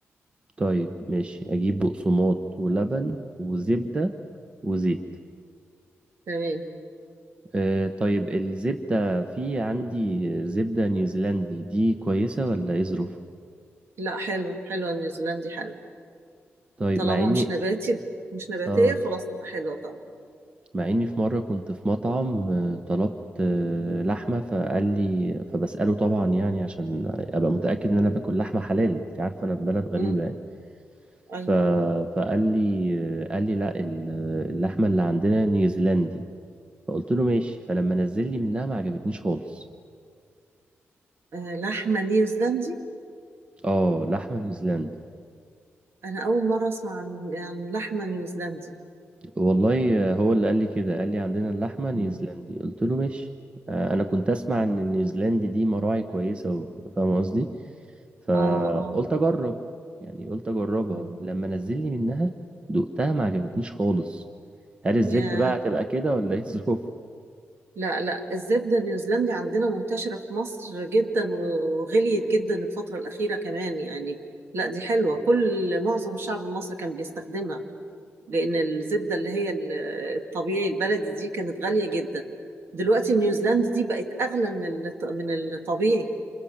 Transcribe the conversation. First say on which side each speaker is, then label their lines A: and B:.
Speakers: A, on the right; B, on the right.
A: طيب ماشي اجيب بقسماط ولبن وزبدة وزيت
B: تمام
A: آه طيب الزبدة في عندي زبدة نيوزيلندي دي كويسة ولا ايه ظروفها
B: لا حلو حلو النيوزيلندي حلو
A: طيب
B: طالما
A: مع اني
B: مش نباتي مش نباتية
A: اه
B: خلاص تبقى حلوة طبعا
A: مع اني في مرة كنت في مطعم آه، طلبت آه، لحمة فقال لي فبسأله طبعا يعني عشان ابقى متأكد ان انا باكل لحمة حلال انت عارف انا في بلد غريبة
B: مم.
A: يعني
B: أيوة
A: ف... فقال لي آه، قال لي لا ال- اللحمة اللي عندنا نيوزيلندي فقلت له ماشي فلما نزل لي منها ما عجبتنيش خالص
B: آه، لحمة نيوزيلندي
A: اه لحمة نيوزيلندي
B: أنا أول مرة أسمع عن يعني لحمة نيوزيلندي
A: والله آه، هو اللي قال لي كده قال لي عندنا اللحمة نيوزيلندي
B: مم.
A: قلت له ماشي آه، انا كنت اسمع ان النيوزيلندي دي مراعي كويسة و- فاهم قصدي فقلت
B: آه آه
A: اجرب يعني قلت اجربها
B: مم.
A: لما نزل لي منها دقتها ما عجبتنيش خالص هل الزبدة
B: ياه
A: بقى هتبقى كده ولا ايه <laughs> ظروفها
B: لا لا الزبدة النيوزيلندي عندنا منتشرة في مصر جدا و- وغليت جدا الفترة الأخيرة كمان يعني لا دي حلوة كل معظم الشعب المصري كان بيستخدمها لأن الزبدة اللي هي ال- الطبيعي البلدي دي كانت غالية جدا دلوقتي النيوزيلندي دي بقت أغلى من الط- من الطبيعي